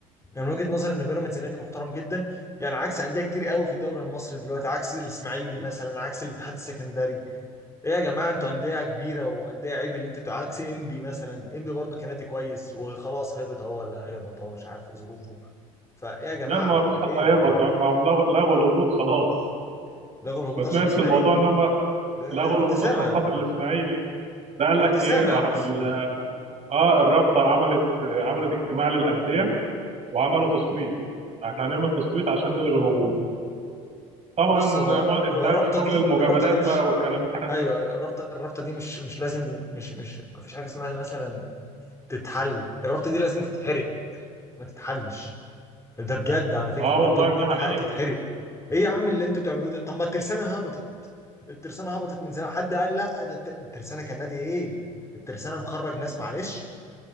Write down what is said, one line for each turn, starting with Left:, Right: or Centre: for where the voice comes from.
Left: يعني من وجهه نظري ان بيراميدز نادي محترم جدا يعني عكس انديه كتير قوي في الدوري المصري دلوقتي عكس الاسماعيلي مثلا عكس الاتحاد السكندري ايه يا جماعه انتوا انديه كبيره وانديه عيب اللي انتوا عكس انبي مثلا انبي برضه كان نادي كويس وخلاص هبط اهو ولا هيهبط اهو مش عارف ايه ظروفه فايه يا جماعه
Right: لا ما فيش
Left: ايه
Right: حد هيهبط يا عم هم لغوا لغوا الهبوط خلاص
Left: لغوا الهبوط
Right: ما سمعتش
Left: عشان الاسماعيلي
Right: الموضوع ان هم
Left: اللي
Right: لغوا
Left: كنت
Right: الهبوط
Left: سامع
Right: عشان خاطر الاسماعيلي يعني ده قال لك
Left: كنت سامع
Right: ايه راح
Left: بس
Right: ال... اه الرابطه عملت عملت اجتماع للانديه وعملوا تصويت احنا هنعمل تصويت عشان نلغي الهبوط طبعا
Left: بص هو
Right: ما انت
Left: هو
Right: عارف
Left: الرابطه
Right: شغل
Left: دي
Right: المجاملات
Left: الرابطه دي مش
Right: بقى والكلام ده
Left: ايوه أيوة، الرابطه الرابطه دي مش مش لازم مش مش ما فيش حاجه اسمها مثلا تتحل الرابطه دي لازم تتحرق ما تتحلش ده بجد على فكره
Right: اه
Left: الرابطه
Right: والله
Left: دي
Right: دي
Left: تتح-
Right: حقيقه
Left: تتحرق ايه يا عم اللي انتوا بتعملوه ده طب ما الترسانه هبطت الترسانة هبطت من زمان حد قال لا ده الت- الترسانة كان نادي ايه الترسانة مخرج ناس معلش